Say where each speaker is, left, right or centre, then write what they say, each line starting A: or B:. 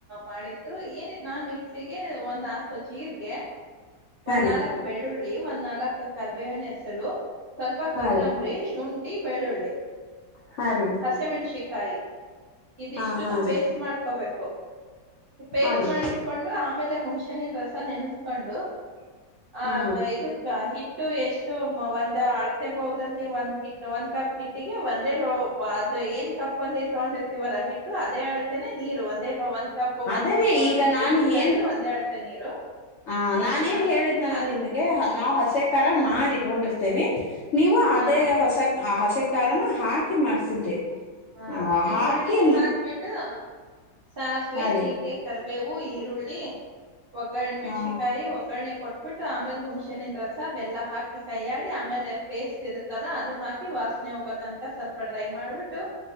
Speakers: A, on the right (about 60°); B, on the left (about 85°).
A: ಮಾಡಿದ್ದು ಏನಿದ ನಾನ್ ಮಿಕ್ಸಿಗೆ ಒಂದ್ ನಾಲ್ಕು ಜೀರ್ಗೆ. ಒಂದ್
B: ಹಾ ರೀ
A: ನಾಲ್ಕ್ ಬೆಳ್ಳುಳ್ಳಿ ಒಂದ್ ನಾಲ್ಕ್ ಕರ್ಬೇವಿನ ಹೆಸಳು ಸ್ವಲ್ಪ
B: ಹಾ
A: ಕೊತ್ತಂಬರಿ.
B: ರೀ
A: ಶುಂಠಿ ಬೆಳ್ಳುಳ್ಳಿ.
B: ಹಾ ರೀ
A: ಹಸಿಮೆಣಸಕಾಯಿ ಇದಿಷ್ಟುನು
B: ಹಾ ಹಾ ರೀ
A: ಪೇಸ್ಟ್ ಮಾಡ್ಕೋಬೇಕು. ಪೇಸ್ಟ್
B: ಹಾ ರೀ
A: ಮಾಡಿಟ್ಕೊಂಡು ಆಮೇಲೆ ಹುಣ್ಸೆನಿನ ರಸ ನೆನೆಸ್ಕೊಂಡು. ಆ
B: ಹಾ
A: ಇದಕ್ಕ ಹಿಟ್ಟು ಎಷ್ಟು ಒಂದು ಅಳತೆ ಬೌಲಲ್ಲಿ ಒಂ ಹಿಟ್ಟು ಒಂದ್ ಕಪ್ ಹಿಟ್ಟಿಗೆ ಒಂದೇ ಲೋ ಅದು ಏನ್ ಕಪ್ ಅಲ್ಲಿ ತಗೊಂಡಿರ್ತೀವಲ್ಲ ಹಿಟ್ -- ಟ್ಟು ಅದೇ ಅಳ್ತೆನೆ ನೀರು ಒಂದೇ ಒಂದ್ ಕಪ್ ಒಂದ್
B: ಅದೇ
A: ಬೌಲ್
B: ರೀ
A: ತಗೊಂಡಿದ್ವಿ
B: ಈಗ ನಾನ್
A: ಹಿಟ್
B: ಏನ್
A: ಅಂದ್ರೆ ಒಂದೇ ಅಳ್ತೆ ನೀರು.
B: ಆ ನಾನೇಏನ್
A: ಹಾ
B: ಹೇಳಿದ್ನಲ್ಲ
A: ಅದಕ್
B: ನಿಮ್ಗೆ ನಾವ್ ಹಸೆಕಾರ
A: ಹಾ
B: ಮಾಡಿ ಇಟ್ಕೊಂಡಿರ್ತೇವಿ. ನೀವು
A: ಹಾ
B: ಅದೇ ಹೊಸ ಹಸೆ ಖಾರನ ಹಾಕಿ ಮಾಡ್ಸಿದ್ರಿ.
A: ಹಾ
B: ಹ ಹಾಕಿ
A: ಈರುಳ್ಳಿ ಹಾಕ್ಬಿಟ್ ಟು ಸಾಸಿವೆ
B: ಹಾ ರೀ
A: ಜೀರ್ರಿಗೆ ಕರ್ಬೇವು ಈರುಳ್ಳಿ. ಒಗ್ಗರಣೆ ಮೆಣ್ಸಕಾಯಿ
B: ಹಾ
A: ಒಗ್ಗರಣೆ ಕೊಟ್ -- ಬಿಟ್ಟು ಆಮೇಲೆ ಹುಣ್ಸೆಣನ್ ರಸ ಬೆಲ್ಲ ಹಾಕಿ ಕೈಯ್ಯಾಡಿ ಆಮೇಲೆ ಪೇಸ್ಟ್ ಇರುತ್ತಲ್ಲ ಅದು ಹಾಕಿ ವಾಸ್ -- ಸ್ನೆಹೋಗೋ ತನಕ ಸ್ವಲ್ಪ ಡ್ರೈ ಮಾಡ್ಬಿಟ್ಟು